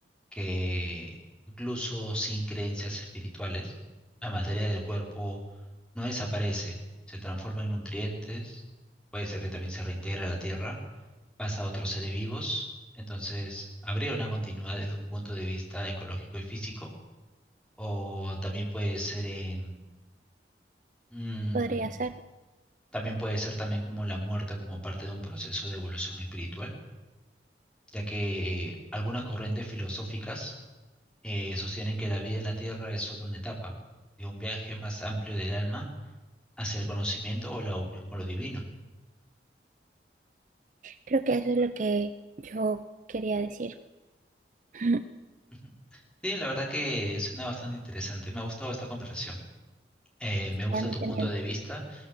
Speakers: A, in the centre; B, on the right (about 45°).
A: que incluso sin creencias espirituales, la materia del cuerpo no desaparece, se transforma en nutrientes, puede ser que también se reintegra a la tierra pasa a otros seres vivos. Entonces, habría una continuidad desde un punto de vista ecológico y físico, o también puede ser en, mm,
B: Podría ser.
A: también puede ser también como la muerte como parte de un proceso de evolución espiritual, ya que algunas corrientes filosóficas eh, sostienen que la vida en la Tierra es solo una etapa de un viaje más amplio del alma hacia el conocimiento o la unión con lo divino.
B: Creo que eso es lo que yo quería decir. <laughs>
A: Ujú. Sí, la verdad que suena bastante interesante. Me ha gustado esta conversación. Eh, me
B: Sí,
A: gusta
B: a mí
A: tu
B: también.
A: punto de vista